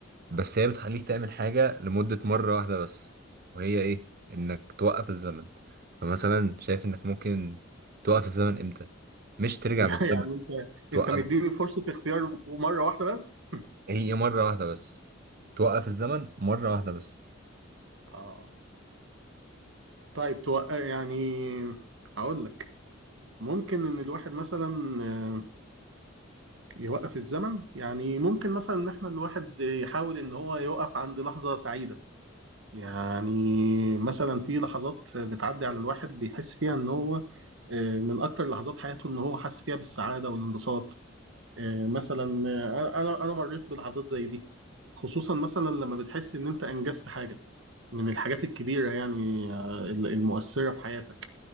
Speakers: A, on the right; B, on the right.
A: بس هي بتخليك تعمل حاجة لمدة مرة واحدة بس وهي ايه انك توقف الزمن فمثلا شايف انك ممكن توقف الزمن امتى مش ترجع
B: <laughs>
A: بالزمن
B: يعني انت
A: توقف
B: انت مديني فرصة اختيار مرة واحدة بس
A: هي مرة واحدة بس توقف الزمن مرة واحدة بس
B: اه طيب توق... يعني اقول لك ممكن ان الواحد مثلا آه، يوقف الزمن يعني ممكن مثلا ان احنا الواحد يحاول ان هو يوقف عند لحظة سعيدة يعني مثلا في لحظات بتعدي على الواحد بيحس فيها ان هو آه، من اكتر لحظات حياته ان هو حاسس فيها بالسعادة والانبساط آه، مثلا آه، انا انا مريت بلحظات زي دي خصوصا مثلا لما بتحس ان انت انجزت حاجة من الحاجات الكبيرة يعني آه، المؤثرة في حياتك